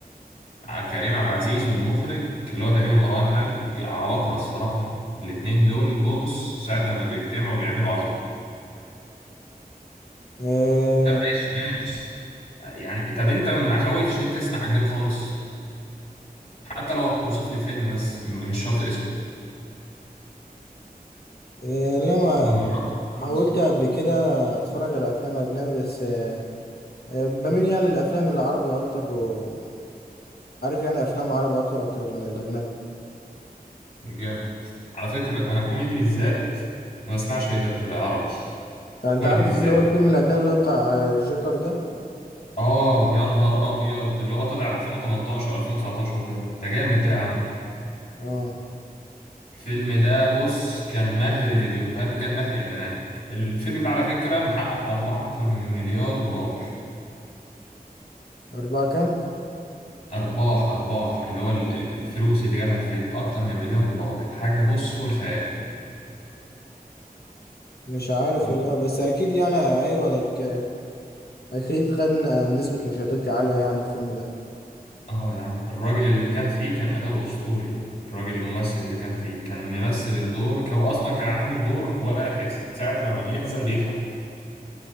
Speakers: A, on the left; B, on the left.
A: ع- كريم عبد العزيز والمخرج اللي هو تقريبا مروان حامد عباقرة الصراحة الاتنين دول بص ساعة لما بيجتمعوا بيعملوا عظمة
B: آه
A: طب ماشي ماشي يعني طب انت ما حاولتش انت تسمع اجنبي خالص حتى لو هتوصف لي فيلم بس م- مش شرط اسمه
B: آه لما
A: ما جربتش
B: حاولت قبل كده اتفرج على افلام اجنبي بس آه آه، بميل يعني للافلام العربي اكتر وعارف يعني افلام عربي اكتر اكتر من الاجنبي
A: جامد على فكرة انا كوميدي بالذات ما بسمعش غير عربي
B: طب انت
A: كوميدي
B: عارف
A: بالذات
B: اللي هو الفيلم الاجنبي اللي هو بتاع آه، الجوكر ده؟
A: اه يا نهار ابيض اللي هو طلع 2018 2019 ده ده جامد ده يا عم
B: اه
A: الفيلم ده بص كان مهر فيديوهات وكان مهر اعلانات الفيلم ده على فكرة محقق أربعة أكتر من مليار دولار
B: اربعة كام؟
A: ارباح ارباح اللي هو ال- ال- الفلوس اللي جابها الفيلم اكتر من مليار دولار حاجه بص فوق الخيال
B: مش عارف
A: وت-
B: والله بس اكيد يعني ايوه لك اكيد كان نسبة مشاهدات عالية يعني الفيلم ده
A: اه يا عم الراجل اللي كان فيه كان اداؤه اسطوري الراجل الممثل اللي كان فيه كان ممثل الدور ك- هو اصلا كان عامل دور واحد ساعه لما بيحزن بيضحك